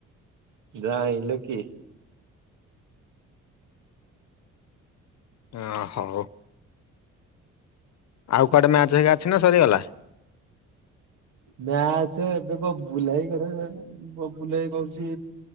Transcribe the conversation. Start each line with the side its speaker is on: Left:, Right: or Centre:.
Right: ଯା ହେଲେ କି?
Left: ହ ହଉ ଆଉ କୁଆଡେ ମ୍ୟାଚ ହେଇକି ଅଛି ନା ସରିଗଲା।
Right: ମ୍ୟାଚ୍ ଏବେ କ ବୁଲାଇ କରି ବବୁଲଭାଇ କହୁଛି